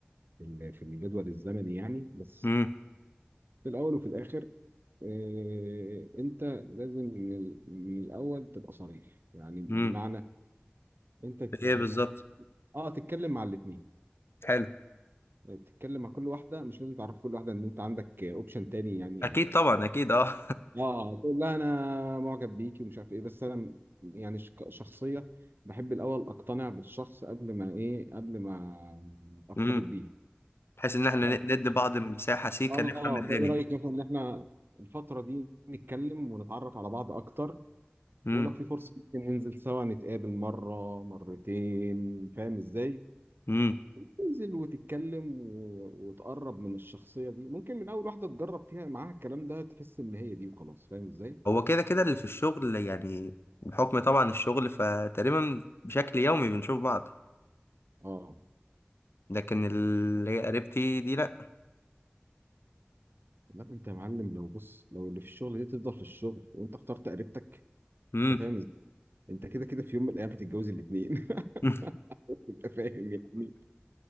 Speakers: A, on the right; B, on the left.
A: في ال- في الجدول الزمني يعني بس
B: امم
A: في الأول وفي الآخر آه، أنت لازم من ال- من الأول تبقى صريح يعني بمعنى
B: امم
A: أنت ت-
B: ايه
A: ه-
B: بالظبط
A: ه- آه تتكلم مع الاتنين
B: حلو
A: يعني تتكلم مع كل واحدة مش لازم تعرف كل واحدة إن أنت عندك أوبشن تاني يعني
B: اكيد طبعا اكيد اه
A: اه تقول لها انا معجب بيكي ومش عارف ايه بس انا م- يعني ش- شخصيه بحب الاول اقتنع بالشخص قبل ما ايه قبل ما
B: <laughs>
A: ارتبط
B: امم
A: بيه
B: بحيث ان احنا
A: ف... <laughs>
B: ن- ندي بعض مساحه سيكه
A: اه
B: نفهم الدنيا
A: فايه رايك مثلا ان احنا الفتره دي نتكلم ونتعرف على بعض اكتر
B: امم
A: ولو في فرصه ممكن ننزل سوا نتقابل مره مرتين فاهم ازاي
B: امم
A: تنزل وتتكلم و... وتقرب من الشخصيه دي ممكن من اول واحده تجرب فيها معاها الكلام ده تحس ان هي دي وخلاص فاهم ازاي
B: هو كده كده اللي في الشغل يعني بحكم طبعا الشغل فتقريبا بشكل يومي بنشوف بعض
A: اه
B: لكن اللي هي قريبتي دي لا
A: لا انت يا معلم لو بص لو اللي في الشغل دي تفضل في الشغل وانت اخترت قريبتك
B: امم
A: انت فاهم ازاي انت كده كده في يوم من الايام هتتجوز الاثنين <laughs>
B: <laughs>
A: انت فاهم يعني